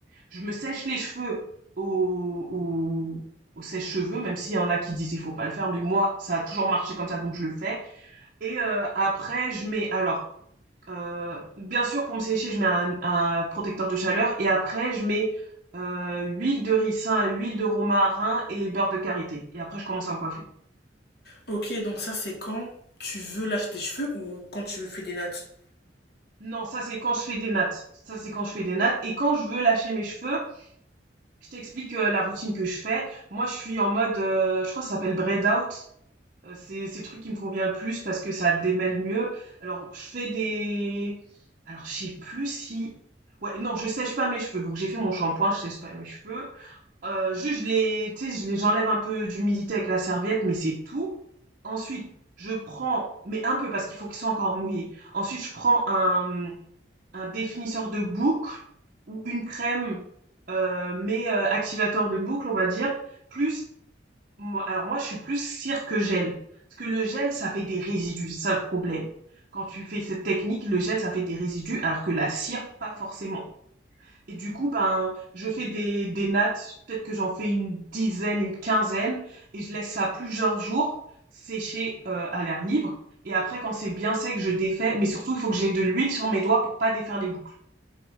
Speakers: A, on the right; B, on the left.
A: Je me sèche les cheveux au, au, au sèche-cheveux, même s'il y en a qui disent il faut pas le faire, mais moi, ça a toujours marché comme ça, donc je le fais. Et euh, après, je mets alors, euh, bien sûr, pour me sécher, je mets un, un protecteur de chaleur. Et après, je mets euh, huile de ricin, huile de romarin et beurre de karité. Et après, je commence à me coiffer.
B: Ok, donc ça, c'est quand tu veux lâcher tes cheveux ou quand tu veux faire des nattes.
A: Non, ça c'est quand je fais des nattes. Ça c'est quand je fais des nattes. Et quand je veux lâcher mes cheveux, je t'explique euh, la routine que je fais. Moi, je suis en mode, euh, je crois que ça s'appelle braid out. Euh, C'est c'est le truc qui me convient le plus parce que ça démêle mieux. Alors, je fais des Alors, je sais plus si ouais, non, je sèche pas mes cheveux, donc j'ai fait mon shampoing, je sèche pas mes cheveux. Heu, juste je les tu sais, je les j'enlève un peu d'humidité avec la serviette, mais c'est tout. Ensuite, je prends mais un peu parce qu'il faut qu'ils soient encore mouillés. Ensuite, je prends un, mmh, un définisseur de boucles ou une crème, heu, mais heu, activateur de boucles, on va dire, plus moi, alors moi, je suis plus cire que gel. Parce que le gel, ça fait des résidus, c'est ça le problème. Quand tu fais cette technique, le gel, ça fait des résidus, alors que la cire, pas forcément. Et du coup, ben, je fais des, des nattes, peut-être que j'en fais une dizaine, une quinzaine, et je laisse ça plusieurs jours sécher euh, à l'air libre. Et après, quand c'est bien sec, je défais, mais surtout, il faut que j'ai de l'huile sur mes doigts pour pas défaire les boucles.